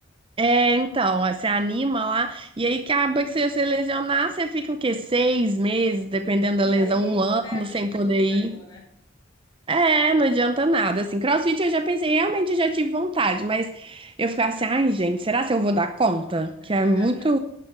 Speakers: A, on the right; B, on the left.
A: É, então, ó, você anima lá, e aí acaba que se você lesionar, você fica o quê? Seis meses, dependendo
B: E
A: da lesão,
B: aí
A: um ano
B: perde
A: sem
B: tudo
A: poder
B: que ganhou,
A: ir.
B: né?
A: É, não adianta nada. Assim, CrossFit eu já pensei, realmente já tive vontade, mas eu ficava assim, ai, gente, será que eu vou dar conta?
B: <laughs>
A: Que é muito.